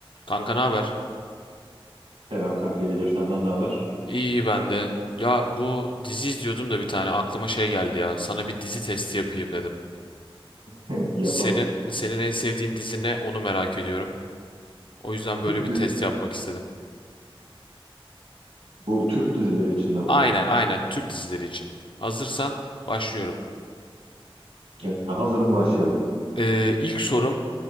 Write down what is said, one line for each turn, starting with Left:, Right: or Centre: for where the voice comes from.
Left: Kanka ne haber?
Right: Selam kanka, iyidir senden ne haber?
Left: İyi ben de. Ya bu dizi izliyordum da bir tane aklıma şey geldi ya. Sana bir dizi testi yapayım dedim.
Right: <laughs> Yapalım.
Left: Senin senin en sevdiğin dizi ne? Onu merak ediyorum. O yüzden böyle
Right: Türk
Left: bir test
Right: dizi-
Left: yapmak istedim.
Right: Bu Türk dizileri içinde bunlar.
Left: Aynen aynen Türk dizileri için. Hazırsan başlıyorum.
Right: Evet, hazırım başlayalım.
Left: Ee, ilk sorum